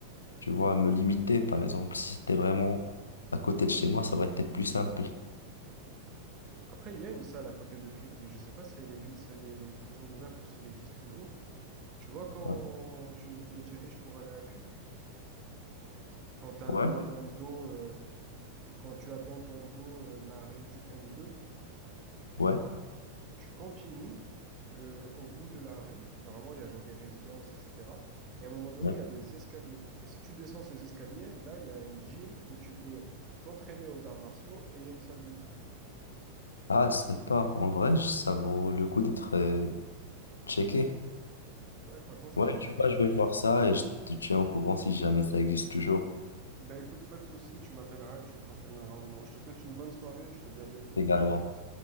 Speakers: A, on the left; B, on the right.
A: tu vois, me limiter. Par exemple, si c'était vraiment à côté de chez moi, ça aurait été plus simple.
B: Après, il y a une salle à côté de Cuc, mais je sais pas si elle est, si elle est toujours ouverte ou si elle existe toujours. Tu vois, quand
A: Ouais,
B: tu te diriges pour aller à Cuc, quand t'as
A: ouais,
B: dans ton dos, euh, quand tu as dans ton dos, euh, l'arrêt du m deux.
A: ouais.
B: tu continues le, au bout de la rue. Normalement, il y a genre des résidences, etc. Et à un moment donné,
A: ouais.
B: il y a des escaliers. Et si tu descends ces escaliers, là, il y a un gym où tu peux t'entraîner aux arts martiaux et il y a une salle de muscu.
A: Ah, c'est pas. En vrai, ça vaut le coup d'être euh, checké.
B: Ouais, franchement, c'est
A: Ouais,
B: pas mal.
A: tu vois, je vais voir ça et je te tiens au courant si jamais ça existe toujours.
B: Ben écoute, pas de souci, tu m'appelleras et tu me confirmeras ou non. Je te souhaite une bonne soirée et je te dis à bientôt.
A: Également.